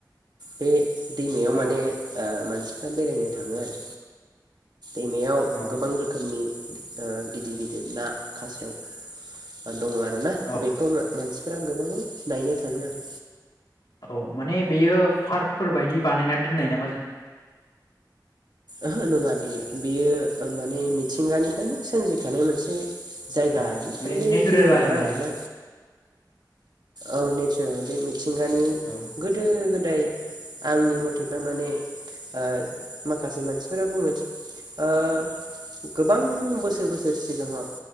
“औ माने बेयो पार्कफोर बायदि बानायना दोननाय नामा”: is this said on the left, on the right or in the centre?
Left